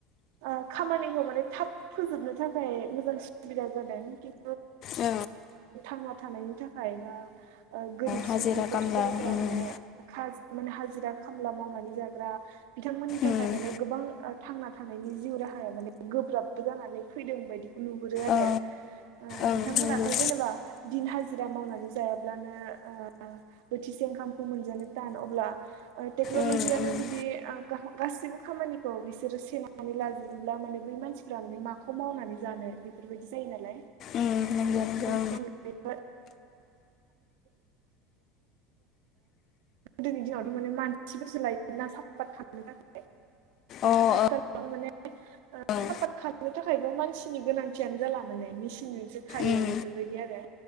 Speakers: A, on the right; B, on the left.
A: ओ खामानिखौ माने थाब फोजोबनो थाखाय मोजां सुबिदा जादों खिन
B: औ
A: थांना थानायनि थाखाय बा ओ गोरिब सुबुंफोर
B: हाजिरा खामला
A: जायफोरा
B: ओम
A: माने खाज माने हाजि जिरा खामला मावनानै जाग्रा बिथांमोननि थाखाय
B: ओम
A: माने गोबां ओ थांना थानायनि जिउ राहाया माने गोब्राबबो जानानै फैदों बायदिखौ नुहुरो आरो
B: अ
A: ओ
B: ओं
A: बिथांमोनाथ'
B: नंगौ
A: जेनेबा दिन हाजिरा मावनानै जायाब्लानो ओ बोथिसे ओंखामखौ मोनजानो थान अब्ला ओ टेक्नलजियानो
B: ओम ओम
A: जुदि गासिबो खामानिखौ बिसोरो सेनानै लाजोबोब्ला थारमाने बै मानसिफ्रा माने माखौ मावनानै जानो बेफोरबायदि जायो नालाय
B: उम नंगौ नंगौ
A: <unintelligible> गोदोनि दिनावथ' माने मानसिफोरसो लायोमोन ना साफात खानो थाखाय
B: ओं
A: आथिखालाव
B: अ
A: माने
B: ओं
A: आबाद खालामनो थाखायबो मानसिनि गोनांथियानो जाला माने मेसिनजोंसो खायो
B: ओम
A: बेफोरबायदि आरो